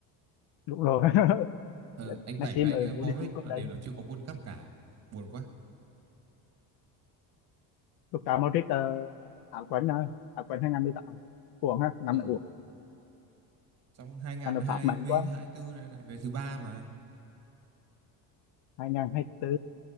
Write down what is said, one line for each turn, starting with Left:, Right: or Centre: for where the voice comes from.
Left: đúng rồi <laughs>
Right: Ờ, anh
Left: Messi
Right: Bảy với
Left: mới
Right: anh ờ,
Left: vô
Right: Morrick
Left: địch chung cúp
Right: là
Left: đấy
Right: đều là chưa có World Cup cả. Buồn quá.
Left: Luka Modric uh, á quân uh, á quân 2018, uổng ha năm
Right: Ừ.
Left: nay uổng
Right: Trong hai không
Left: năm nay
Right: hai
Left: Pháp mạnh
Right: không
Left: quá
Right: hai tư này lại về thứ ba mà.
Left: 2024